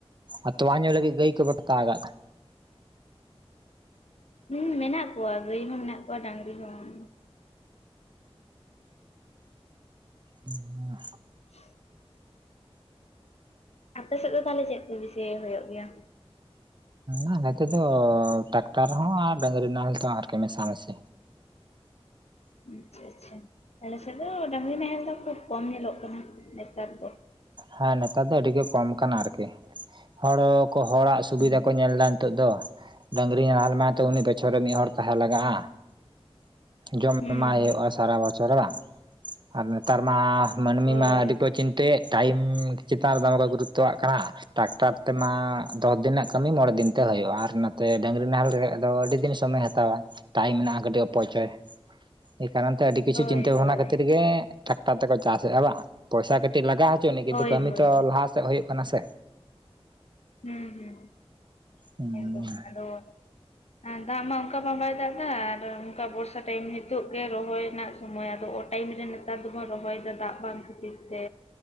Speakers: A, on the right; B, on the left.
A: ᱟᱨ ᱛᱚᱣᱟ ᱧᱩ ᱞᱟᱹᱜᱤᱫ ᱜᱟᱹᱭ ᱠᱚ ᱵᱟᱢ ᱦᱟᱛᱟᱣ ᱠᱟᱜ ᱠᱚᱣᱟ?
B: ᱦᱩᱸ ᱢᱮᱱᱟᱜ ᱠᱚᱣᱟ ᱜᱟᱹᱭ ᱦᱚᱸ ᱢᱮᱱᱟᱜ ᱠᱚᱣᱟ ᱰᱟᱹᱝᱨᱤ ᱦᱚᱸ
A: ᱦᱩᱸ
B: <inaudible> ᱟᱯᱮ ᱥᱮᱫ ᱫᱚ ᱛᱟᱦᱞᱮ ᱪᱮᱫ ᱠᱚ ᱵᱤᱥᱤ ᱦᱩᱭᱩᱜ ᱜᱮᱭᱟ?
A: ᱩᱸᱻ ᱱᱚᱛᱮ ᱫᱚ ᱴᱟᱠᱴᱟᱨ ᱦᱚᱸ ᱟᱨ ᱰᱟᱹᱝᱨᱤ ᱱᱟᱦᱮᱞ ᱛᱮ ᱟᱨᱠᱤ ᱢᱮᱥᱟ ᱢᱤᱥᱤ᱾
B: ᱟᱪᱪᱷᱟ ᱟᱪᱪᱷᱟ ᱟᱞᱮ ᱥᱮᱫ ᱫᱚ ᱰᱟᱹᱟᱝᱨᱤ ᱱᱟᱦᱮᱞ ᱫᱚ ᱠᱷᱩᱵ ᱠᱚᱢ ᱧᱮᱞᱚᱜ ᱠᱟᱱᱟ ᱱᱮᱛᱟᱨ ᱫᱚ᱾
A: ᱦᱮᱸ ᱱᱮᱛᱟᱨ ᱫᱚ ᱟᱹᱰᱤ ᱜᱮ ᱠᱚᱢ ᱠᱟᱱᱟ ᱟᱨᱠᱤ ᱦᱚᱲ ᱦᱚᱸ ᱠᱚ ᱦᱚᱲᱟᱜ ᱥᱩᱵᱤᱫᱟ
B: ᱦᱩᱸ
A: ᱠᱚ ᱧᱮᱞᱫᱟ ᱱᱤᱛᱳᱜ ᱫᱚ ᱰᱟᱹᱝᱨᱤ ᱱᱟᱦᱮᱞ ᱢᱟᱱᱮ ᱛᱚ ᱩᱱᱤ ᱵᱚᱪᱷᱚᱨ ᱨᱮ ᱢᱤᱫ ᱦᱚᱲ ᱛᱟᱦᱮᱸ ᱞᱟᱜᱟᱜ-ᱟ᱾ ᱡᱚᱢ
B: ᱦᱩᱸ
A: ᱮᱢᱟᱭ ᱦᱩᱭᱩᱜᱼᱟ ᱥᱟᱨᱟ ᱵᱚᱪᱷᱚᱨ ᱵᱟᱝ ᱟᱨ ᱱᱮᱛᱟᱨ ᱢᱟ- ᱢᱟᱹᱱᱢᱤ
B: ᱦᱳᱭ
A: ᱢᱟ ᱟᱹᱰᱤ ᱠᱚ ᱪᱤᱱᱛᱟᱹᱭᱮᱫ ᱴᱟᱭᱤᱢ ᱪᱮᱛᱟᱱ ᱨᱮ ᱫᱚᱢᱮ ᱠᱚ ᱜᱩᱨᱩᱛᱛᱚᱣᱟᱜ ᱠᱟᱱᱟ᱾ ᱴᱟᱠᱴᱟᱨ ᱛᱮᱢᱟ ᱫᱚᱥ ᱫᱤᱱᱟᱜ ᱠᱟᱹᱢᱤ ᱢᱚᱬᱮ ᱫᱤᱱᱛᱮ ᱦᱩᱭᱩᱜᱼᱟ ᱟᱨ ᱱᱚᱛᱮ ᱰᱟᱹᱝᱨᱤ ᱱᱟᱦᱮᱞ ᱨᱮᱭᱟᱜ ᱫᱚ ᱟᱹᱰᱤ ᱫᱤᱱ ᱥᱚᱢᱚᱭᱮ ᱦᱟᱛ ᱛᱟᱣᱟ, ᱴᱟᱭᱤᱢ ᱢᱮᱱᱟᱜ-ᱟ ᱠᱟᱹᱴᱤᱡ ᱚᱯᱚᱪᱚᱭ᱾ ᱮ ᱠᱟᱨᱚᱱ ᱛᱮ ᱟᱹᱰᱤ ᱠᱤᱪᱷᱩ
B: ᱦᱳᱭ
A: ᱪᱤᱱᱛᱟᱹ
B: ᱦᱳᱭ
A: ᱵᱷᱟᱵᱽᱱᱟ ᱠᱷᱟᱹᱛᱤᱨ ᱜᱮ ᱴᱨᱟᱠᱴᱟᱨ ᱛᱮᱠᱚ ᱪᱟᱥᱮᱜ-ᱟ ᱵᱟ ᱯᱚᱭᱥᱟ ᱠᱟᱹᱴᱤᱡ ᱞᱟᱜᱟᱜ ᱦᱚᱪᱚ ᱟᱹᱱᱤᱡ ᱠᱤᱱᱛᱩ
B: ᱦᱳᱭ
A: ᱠᱟᱹᱢᱤ
B: ᱦᱳᱭ ᱦᱳᱭ
A: ᱛᱚ ᱞᱟᱦᱟ ᱥᱮᱜ ᱦᱩᱭᱩᱜ ᱠᱟᱱᱟ ᱥᱮ᱾
B: ᱦᱩᱸ ᱦᱩᱸ
A: ᱦᱩᱸ
B: ᱮᱠᱫᱚᱢ ᱟᱫᱚ ᱦᱮᱸ ᱫᱟᱜ ᱢᱟ ᱚᱝᱠᱟ ᱢᱟ ᱵᱟᱭ ᱫᱟᱜ-ᱫᱟ ᱟᱨ ᱚᱝᱠᱟ ᱵᱚᱨᱥᱟ ᱴᱟᱭᱤᱢ ᱦᱤᱛᱳᱜ ᱜᱮ ᱨᱚᱦᱚᱭ ᱨᱮᱱᱟᱜ ᱥᱚᱢᱚᱭ ᱟᱫᱚ ᱴᱟᱭᱤᱢ ᱨᱮ ᱱᱮᱛᱟᱨ ᱫᱚᱵᱚᱱ ᱨᱚᱦᱚᱭᱫᱟ ᱫᱟᱜ ᱵᱟᱝ ᱠᱷᱟᱹᱛᱤᱨ ᱛᱮ᱾